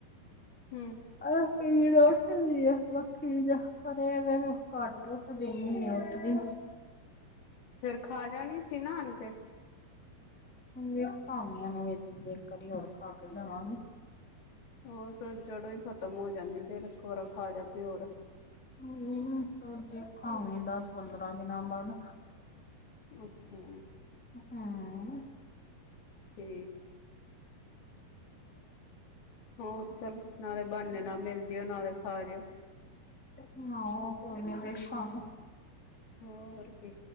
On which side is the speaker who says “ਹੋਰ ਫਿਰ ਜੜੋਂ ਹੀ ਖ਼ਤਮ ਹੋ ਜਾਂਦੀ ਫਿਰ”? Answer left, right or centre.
Left